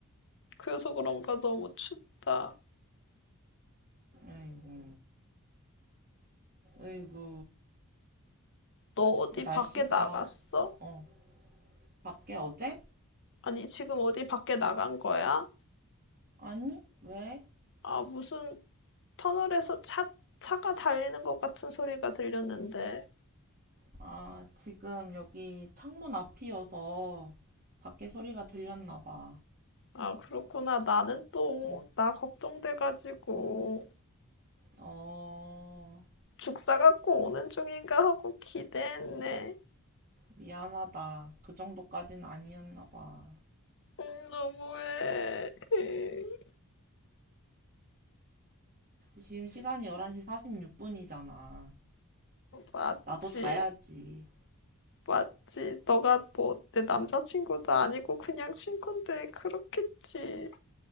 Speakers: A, on the left (about 55°); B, on the right (about 40°).
A: 그래서 그런가 너무 춥다.
B: 에이구, 에이구.
A: 너 어디
B: 근데 날씨가,
A: 밖에 나갔어?
B: 어, 밖에 어제?
A: 아니, 지금 어디 밖에 나간 거야?
B: 아니, 왜?
A: 아, 무슨 터널에서 차, 차가 달리는 것 같은 소리가 들렸는데,
B: 아, 지금 여기 창문 앞이어서 밖에 소리가 들렸나 봐.
A: 아, 그렇구나. 나는 또,
B: 응,
A: 나 걱정돼가지고,
B: 어,
A: 죽사 갖고
B: 그-
A: 오는 중인가 하고 기대했네.
B: 미안하다. 그 정도까진 아니었나 봐.
A: 음, 너무해. <laughs>
B: 지금 시간이 11시 46분이잖아.
A: 맞지.
B: 나도 자야지.
A: 맞지. 너가 뭐, 내 남자친구도 아니고 그냥 친구인데, 그렇겠지.